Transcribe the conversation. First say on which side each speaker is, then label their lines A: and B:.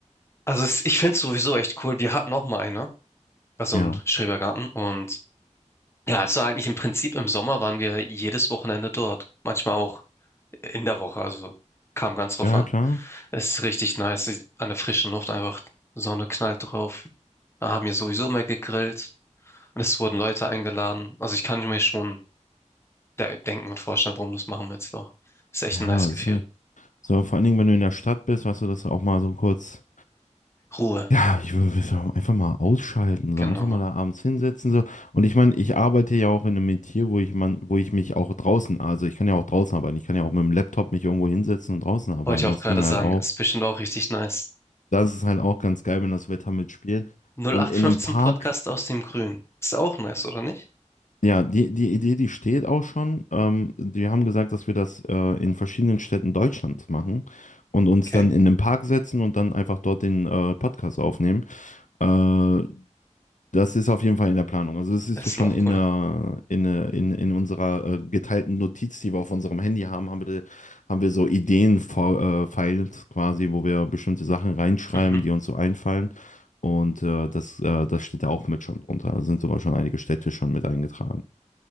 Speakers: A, on the left; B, on the left.
A: also es, ich finde es sowieso echt cool. Wir hatten auch mal eine, also
B: Ja.
A: im Schrebergarten und ja, es war eigentlich im Prinzip im Sommer waren wir jedes Wochenende dort. Manchmal auch in der Woche, also kam ganz drauf
B: Ja,
A: an.
B: klar.
A: Es Ist richtig nice, an der frischen Luft einfach Sonne knallt drauf. Da haben wir sowieso mehr gegrillt und es wurden Leute eingeladen. Also ich kann mir schon de denken und vorstellen, warum das machen wir jetzt auch. Ist echt
B: Ja,
A: ein nice
B: das
A: Gefühl.
B: ist, äh, so vor allen Dingen, wenn du in der Stadt bist, weißt du, dass du auch mal so kurz
A: Ruhe,
B: Ja, ich würde so einfach mal ausschalten,
A: genau.
B: so einfach mal da abends hinsetzen, so. Und ich meine, ich arbeite ja auch in einem Metier, wo ich man, wo ich mich auch draußen, also ich kann ja auch draußen arbeiten, ich kann ja auch mit dem Laptop mich irgendwo hinsetzen und draußen arbeiten.
A: Wollte ich
B: Das
A: auch gerade
B: ging halt
A: sagen,
B: auch.
A: ist bestimmt auch richtig nice.
B: Das ist halt auch ganz geil, wenn das Wetter mitspielt.
A: 0815
B: Und in einem Park,
A: Podcast aus dem Grün. Ist auch nice, oder nicht?
B: ja, die, die Idee, die steht auch schon. Ähm, wir haben gesagt, dass wir das äh, in verschiedenen Städten Deutschlands machen und uns
A: Okay,
B: dann in einem Park setzen und dann einfach dort den äh, Podcast aufnehmen. Äh, Das ist auf jeden Fall in der Planung. Also das ist
A: das
B: so
A: ist
B: schon
A: noch
B: in,
A: cooler.
B: der, in, der- in, in unserer äh, geteilten Notiz, die wir auf unserem Handy haben, haben wir, haben wir so Ideen-Files quasi, wo wir bestimmte Sachen reinschreiben,
A: Mhm.
B: die uns so einfallen. Und äh, das, äh, das steht da auch mit schon drunter. Da sind sogar schon einige Städte schon mit eingetragen.